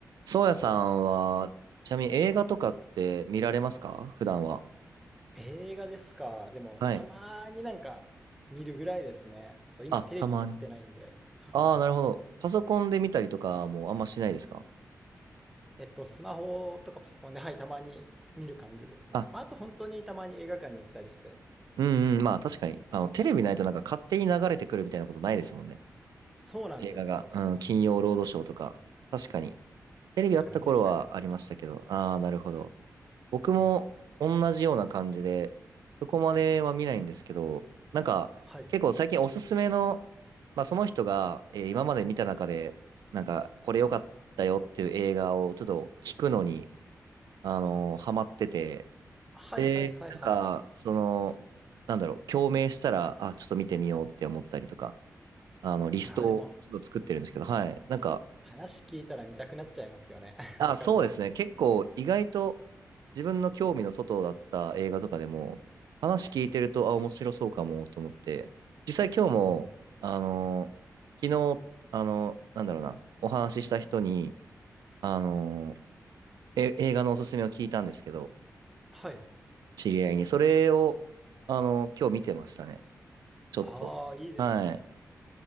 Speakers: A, on the right; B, in the centre.
A: そうやさんは、ちなみに映画とかって見られますか普段は。
B: 映画ですか。でも、
A: はい。
B: たまになんか見るぐらいですね。そう、今テレビ持ってないんで。
A: あ、たまに。
B: はい。
A: ああ、なるほど。パソコンで見たりとかもあんましないですか
B: えっと、スマホとかパソコンで、はい、たまに見る感じですね。
A: あ、
B: まあ、あと本当にたまに映画館に行ったりして。
A: うんうん。まあ確かに。あの、テレビないとなんか勝手に流れてくるみたいなことないですもんね。
B: そうなんですよ、
A: 映画が。うん、
B: 本当に。
A: 金曜ロードショーとか。
B: はい。
A: 確かに。テレビあった頃はありましたけど。
B: だから見る機会なくなっちゃうんですよ。
A: ああ、なるほど。僕も同じような感じで、
B: わかります。
A: そこまでは見ないんですけど、なんか結構最近おすすめの、
B: はい。
A: まあ、その人が、えー今まで見た中で、なんかこれ良かったよっていう映画をちょっと聞くのに、あのーハマってて、
B: はいはいはいはい。
A: で、なんかその、なんだろう、共鳴したら、あ、ちょっと見てみようって思ったりとか、あの、リストをちょっと作ってるんですけど、
B: ああ、でも、
A: はい。なんか
B: 話聞いたら見たくなっちゃいますよね。<laughs>
A: あ、
B: わかります。
A: そうですね。結構意外と自分の興味の外だった映画とかでも話聞いてると、あ、面白そうかもと思って、実際今日も、
B: うん。
A: あのー昨日、あのーなんだろうな、お話しした人に、あのーえ、映画のおすすめを聞いたんですけど、
B: はい。
A: 知り合いに。それを、あのー今日見てましたね。ちょっと。
B: ああ、いいですね。
A: はい。